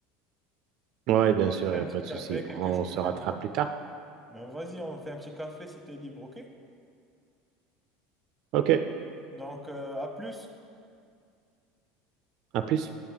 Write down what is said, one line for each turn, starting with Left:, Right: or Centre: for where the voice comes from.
Right: Ouais, bien sûr,
Centre: fais
Right: il n'y
Centre: un
Right: a
Centre: petit
Right: pas de
Centre: café,
Right: souci.
Centre: quelque
Right: On
Centre: chose
Right: se
Centre: du
Right: rattrape
Centre: genre.
Right: plus tard.
Centre: Ben, vas-y, on fait un petit café si t'es libre, ok?
Right: Ok,
Centre: Donc, euh, à plus.
Right: à plus.